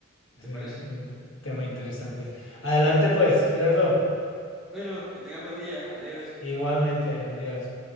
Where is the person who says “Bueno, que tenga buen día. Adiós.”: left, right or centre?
Centre